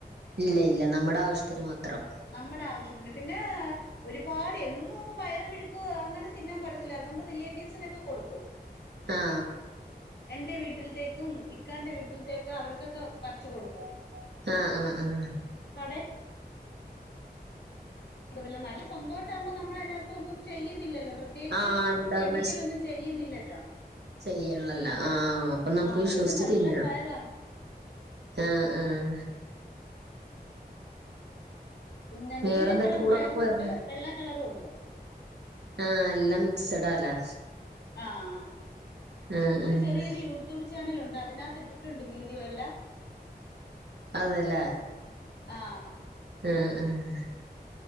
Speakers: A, on the right; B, on the left.
A: ഇല്ല ഇല്ല നമ്മടെ ആവശ്യത്തിന് മാത്രം
B: നമ്മടെ ആവശ്യത്തിന് പിന്നെ ഒരുപാട് എന്നും അങ്ങ് പയറ് മെഴുക്ക് അങ്ങനെ തിന്നാൻ പറ്റത്തില്ലാ അതുകൊണ്ട് റിലേറ്റീവ്സിനൊക്കെ കൊടുക്കും <unintelligible>
A: ആ
B: എന്റെ വീട്ടിൽത്തേക്കും ഇക്കാന്റെ വീട്ടിൽത്തേക്കും അവർക്കൊക്കെ പറിച്ച് കൊടുക്കും
A: ആ ആഹ് ആഹ് ആഹ്
B: കടയിൽ <unintelligible> നല്ല സ്വന്തവായിട്ടാകുമ്പോ നമ്മളയിനാത്ത് ഒന്നും ചെയ്യുന്നില്ലല്ലോ പ്രത് പ്രത്യകിച്ച്
A: ആഹ് ഉണ്ടാകും
B: കെമിക്കലൊന്നും ചെയ്യുന്നില്ലല്ലോ
A: ചെയ്യാള്ളല്ലോ ആഹ് അപ്പൊ നമ്മക്ക്
B: ആ അതുകൊണ്ട്
A: വിശ്വസിച്ച്
B: നല്ല
A: തിന്നാം
B: പയറാണ്
A: ആഹ് ആഹ്
B: പിന്നെ
A: വേറെന്താ
B: നീലക്കളര്
A: ടൂറൊക്കെ
B: പയറും
A: പോയാർന്നോ
B: ഇണ്ട് വെള്ള കളറൂണ്ട്
A: ആഹ് എല്ലാം മിക്സഡാല്ലേ
B: ആഹ്
A: ആഹ്
B: നമ്മക്ക്
A: ആഹ്
B: ചെറിയൊരു യു യൂട്യൂബ് ചാനലുണ്ട് അതിനാത്ത് ഇട്ടിട്ടുണ്ട് വീഡിയോ എല്ലാം
A: അതെല്ലേ
B: ആഹ്
A: ആഹ് ആഹ്